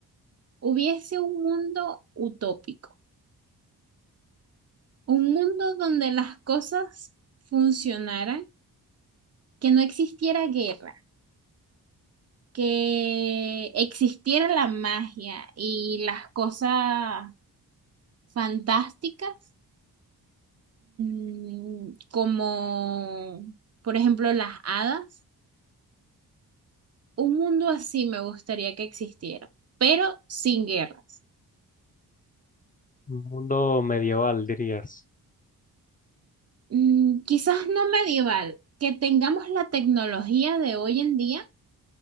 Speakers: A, on the right; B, on the left.
A: hubiese un mundo utópico, un mundo donde las cosas funcionaran, que no existiera guerra, que existiera la magia y las cosas fantásticas, mm, como por ejemplo las hadas. Un mundo así me gustaría que existiera, pero sin guerras.
B: Un mundo medieval, dirías.
A: Mm, quizás no medieval, que tengamos la tecnología de hoy en día,